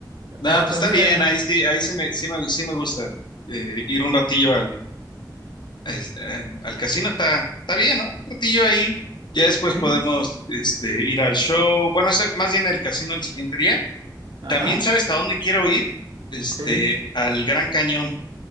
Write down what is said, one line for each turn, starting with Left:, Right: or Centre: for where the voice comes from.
Left: No,
Right: Pero
Left: pues
Right: pues
Left: está
Right: mira,
Left: bien, ahí sí, ahí sí me, sí me, sí me gusta eh, ir un ratillo al, es- eh, al casino, está, está bien, ¿no? Un ratillo ahí. Ya después
Right: sí,
Left: podemos este, ir al show. Bueno, ese- más bien el casino el siguiente día.
Right: ajá,
Left: También sabes a dónde quiero ir, este,
Right: sí.
Left: al Gran Cañón.